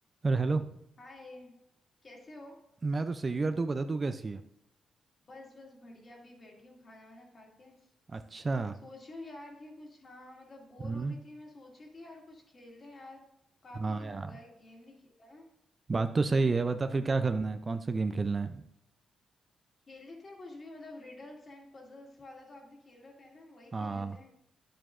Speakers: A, on the right; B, on the left.
A: अरे हेलो
B: हाय कैसे हो
A: मैं तो सही हूँ यार तू बता तू कैसी है
B: बस बस बढ़िया अभी बैठी हूँ खाना वाना खा के
A: अच्छा
B: सोची हूँ यार कि कुछ हाँ मतलब बोर
A: हम्म
B: हो रही थी मैं सोची थी यार कुछ खेल लें यार काफी
A: हाँ
B: दिन
A: यार
B: हो गए गेम नहीं खेला ना
A: बात तो सही है बता फिर क्या करना है कौन सा गेम खेलना है
B: खेल लेते हैं कुछ भी मतलब रिडल्स एंड पजल्स वाला तो आपने खेल रखा है ना वही
A: हाँ
B: खेल लेते हैं